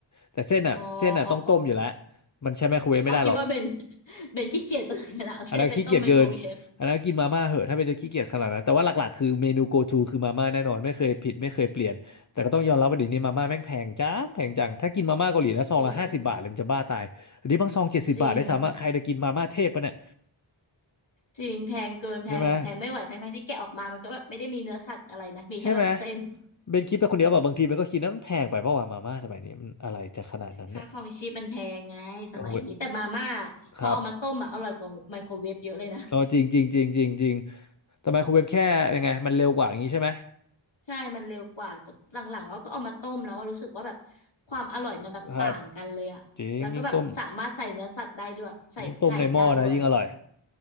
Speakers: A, on the left; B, on the left.
A: แต่เส้นอ่ะเส้นอ่ะต้องต้มอยู่แล้ว
B: อ๋ออ๋ออ๋อ
A: มันใช้ไมโครเวฟไม่ได้หรอก
B: อ๋อคิดว่าเบน <laughs> เบนขี้เกียจจนขนาดเอาเส้นไปต้มไมโครเวฟ
A: อันนั้นขี้เกียจเกินอันนั้นกินมาม่าเหอะถ้าเป็นจะขี้เกียจขนาดนั้นแต่ว่าหลักๆคือเมนู go to คือมาม่าแน่นอนไม่เคยผิดไม่เคยเปลี่ยนแต่ก็ต้องยอมรับว่าเดี๋ยวนี้มาม่าแม่งแพงจังแพงจังถ้ากินมาม่าเกาหลีนะซองละห้าสิบบาทเลยมันจะบ้าตายอันนี้บางซองเจ็ดสิบบาทได้สามารถใครจะกินมาม่าเทพปะเนี่ย
B: จริงจริงจริงแพงเกินแพงแบบแพงไม่ไหวทั้งทั้งที่แกะออกมามันก็แบบไม่ได้มีเนื้อสัตว์อะไรนะมีแค่แบบเส้น
A: ใช่ไหมใช่ไหมเบนคิดไปคนเดียวแบบบางทีเบนก็คิดนะมันแพงไปเพราะว่ามาม่าสมัยนี้มันอะไรจะขนาดนั้นเนี่ย
B: ค่าครองชีพมันแพงไง สมัยนี้แต่มาม่า
A: โอ้โห
B: พอเอามาต้มอ่ะอร่อยกว่าไมโครเวฟเยอะเลยนะ
A: ครับเออจริงจริงจริงจริงจริงทำไมคุณเว็บแค่ยังไงมันเร็วกว่าอย่างนี้ใช่ไหม
B: <laughs> ใช่ มันเร็วกว่าแต่หลังๆเราก็เอามาต้มแล้วว่ารู้สึกว่าแบบความอร่อยมันแบบต่างกันเลยอะแล้วก็แบบสามารถใส่เนื้อสัตว์ได้ด้วยใส่ไข่ได้ด้วยอะไรเงี้ย
A: ครับจริงยิ่งต้มยิ่งต้มในหม้อนะยิ่งอร่อย